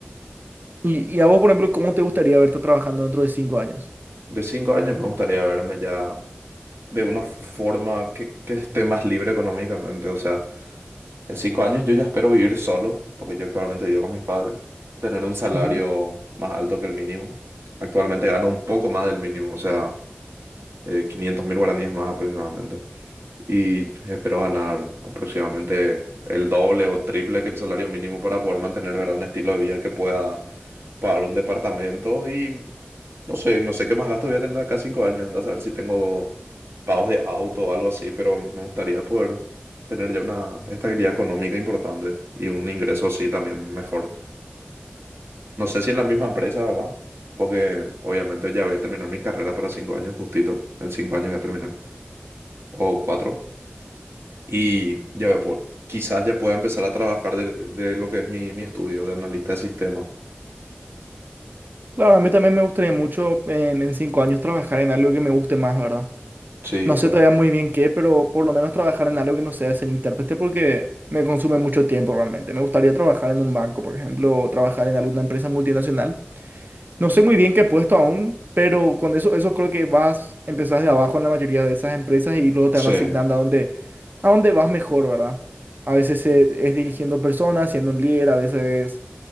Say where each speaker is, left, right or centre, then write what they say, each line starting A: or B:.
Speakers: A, on the right; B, on the right.
A: Y, y a vos, por ejemplo, ¿cómo te gustaría verte trabajando dentro de cinco años?
B: De cinco años me gustaría verme ya de una forma que, que esté más libre económicamente, o sea. En cinco años yo ya espero vivir solo, porque yo actualmente vivo con mis padres, tener un salario
A: Ujú.
B: más alto que el mínimo. Actualmente gano un poco más del mínimo, o sea, eh, 500 mil guaraníes más aproximadamente y espero ganar aproximadamente el doble o triple que el salario mínimo para poder mantener, ¿verdad? Un estilo de vida que pueda pagar un departamento y no sé, no sé qué más gastos voy a tener acá cinco años, anda a saber si tengo pagos de auto o algo así, pero me gustaría poder tener ya una estabilidad económica importante y un ingreso así también mejor. No sé si en la misma empresa, ¿verdad? Porque obviamente ya voy a terminar mi carrera para cinco años, justito. En cinco años voy a terminar. O cuatro y ya ve, por- quizás ya pueda empezar a trabajar de, de lo que es mi, mi estudio de analista de sistemas.
A: Claro, a mí también me gustaría mucho eh, en cinco años trabajar en algo que me guste más, ¿verdad?
B: Sí,
A: No
B: obvio.
A: sé todavía muy bien qué, pero por lo menos trabajar en algo que no sea ser intérprete porque me consume mucho tiempo realmente. Me gustaría trabajar en un banco, por ejemplo, o trabajar en alguna empresa multinacional. No sé muy bien qué puesto aún, pero con eso, eso creo que vas, empezás de abajo en la mayoría de esas empresas y luego te
B: Sí.
A: van asignando a dónde, a dónde vas mejor, ¿verdad? A veces eh, es dirigiendo personas, siendo un líder, a veces